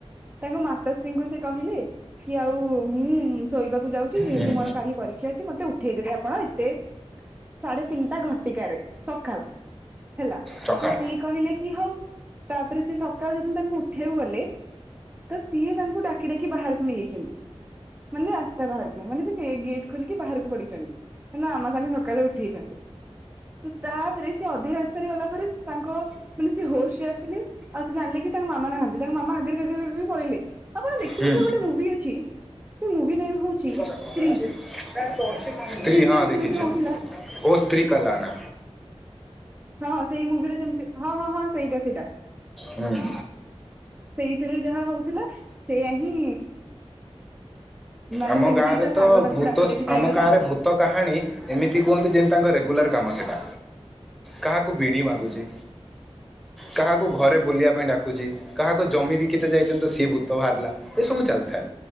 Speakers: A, on the right; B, in the centre.
A: ତାଙ୍କ ମାତାଶ୍ରୀଙ୍କୁ ସେ କହିଲେ କି ଆଉ ମୁଁ ଶୋଇବାକୁ ଯାଉଛି ଯେହେତୁ
B: ହୁଁ
A: ମୋର କାଲି ପରୀ କ୍ଷା ଅଛି ମତେ ଉଠେଇଦେବେ ଆପଣ ଏତେ ସାଢେ ତିନିଟା ଘଣ୍ଟିକାରେ ସଖାଳ। ହେଲା
B: ସକାଳ
A: ତ ସିଏ କହିଲେ କି ହଉ ତାପରେ ସେ ସକାଳୁ ଯେତେବେଳେ ତାଙ୍କୁ ଉଠେଇବାକୁ ଗଲେ। ତ ସିଏ ତାଙ୍କୁ ଡାକି ଡାକି ବାହାରକୁ ନେଇଯାଇଚନ୍ତି ମାନେ ରାସ୍ତା ବାହାରକୁ। କୁହନି ସେ ଗେଟ୍ ଖୋଲିକି ବାହାରକୁ ପଳେଇଚନ୍ତି ତା ମାମା ତାଙ୍କୁ ସକାଳୁ ଉଠେଇଛନ୍ତି। ତାପରେ ସେ ଅଧା ରାସ୍ତାରେ ଗଲା ପରେ ତାଙ୍କ ମାନେ ସେ ହୋସରେ ଆସିଲେ ଆଉ ସେ ଜାଣିଲେ କି ତାଙ୍କ ମାମା ନାହାନ୍ତି ତାଙ୍କ ମାମା ଆଗରେ <unintelligible> ପଳେଇଲେ। ଆପଣ ଦେଖିଥିବେ
B: ହୁଁ
A: ଗୋଟେ ମୁଭି ଅଛି। ସେ ମୁଭି ନେମ୍ ହଉଛି
B: ସ୍ତ୍ରୀ
A: ସ୍ତ୍ରୀ ସେଇଥିରେ
B: ହଁ
A: ବି
B: ଦେଖିଛି।
A: ସେମିତି ହଉଥିଲା।
B: ଓ ସ୍ତ୍ରୀ କାଲ୍ ଆନା।
A: ହଁ ସେଇ ମୁଭିରେ ଯେମିତି ହଁ ହଁ ହଁ ସେଇଟା ସେଇଟା
B: ହୁଁ।
A: ସେଇଥିରେ ଯାହା ହଉଥିଲା ସେଇଆ ହିଁ ମାନେ
B: ଆମ
A: ସେମିତି
B: ଗାଁରେ
A: ତା ସାଙ୍ଗ ତାକୁ
B: ଭୂତ
A: ଡାକି ଡାକି ନେଇଗଲା।
B: ଆମ ଗାଁରେ ଭୂତ ତ କାହାଣୀ ଏମିତି କୁହନ୍ତି ଯେମିତି ତାଙ୍କ ରେଗୁଲାର କାମ ସେଟା କାହା କୁ ବିଡି ମାଗୁଚି। କାହାକୁ ଘରେ ବୁଲିବା ପାଇଁ ଡାକୁଚି କାହାକୁ ଜମି ବିକିତେ ଯାଇଛନ୍ତି ତ ସିଏ ଭୂତ ବାହାରିଲା। ଏ ସବୁ ଚାଲିଥାଏ।